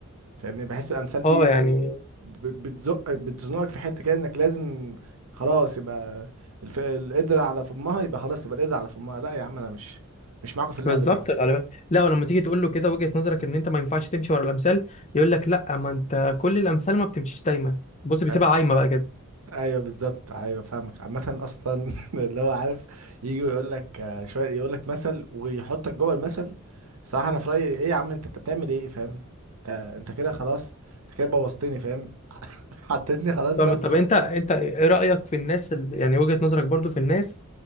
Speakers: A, on the right (about 75°); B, on the left (about 30°).
A: فاهمني بحس الامثال دي
B: اه يعني
A: ب- بتزق بتزنقك في حته كده انك لازم خلاص يبقى الف... القدرة على فمها يبقى خلاص يبقى القدرة على فمها لا يا عم انا مش مش معاكم في اللعبه
B: بالظبط
A: دي
B: غالبا لا ولما تيجي تقول له كده وجهه نظرك ان انت ما ينفعش تمشي ورا الامثال يقول لك لا ما انت كل الامثال ما بتمشيش دايما بص بيسيبها
A: أ-
B: عايمه بقى كده
A: ايوه بالظبط ايوه فاهمك عامه اصلا <laughs> اللي هو عارف يجي يقول لك شويه يقول لك مثل ويحطك جوه المثل صراحه انا في رايي ايه يا عم انت انت بتعمل ايه فاهم انت انت كده خلاص انت كده بوظتني فاهم <laughs> حطيتني خلاص
B: طب
A: بقى في
B: طب
A: قصه
B: انت انت ايه رأيك في الناس اللي يعني وجهة نظرك برضو في الناس